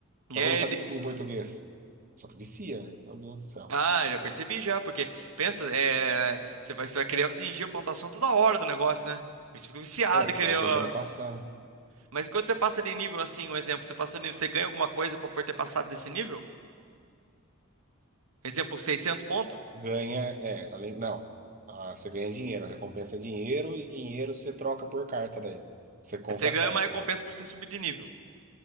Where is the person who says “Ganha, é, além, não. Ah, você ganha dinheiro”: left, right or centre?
Right